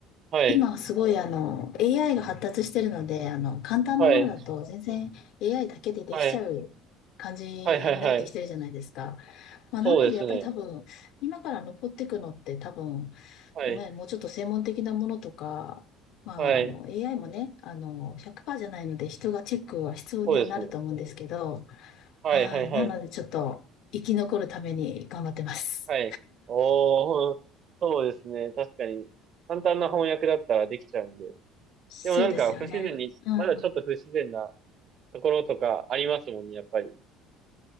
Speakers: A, on the right; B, on the left.
A: はい、
B: 今すごいあの AI が発達してるので、あの簡単なものだと全然
A: はい、
B: AI だけでできちゃう感じになってきてるじゃないですか。
A: はい、はい、はい、はい。
B: まあ、なのでやっぱり多分今から残っていくのって多分、
A: そうですね。はい、
B: ね、もうちょっと専門的なものとか、まあ、
A: はい、
B: あの AI もね、あの100%じゃないので人がチェックは必要にはなると思うんですけど、
A: そうですね。はい、
B: はい、
A: はい、はい、
B: なのでちょっと生き残るために頑張ってます。
A: はい。おー、そうですね。確かに、簡単な翻訳だったらできちゃうんで。
B: そうですよね。
A: でもなんか、不自然に、
B: うん。
A: まだちょっと不自然なところとかありますもんね、やっぱり。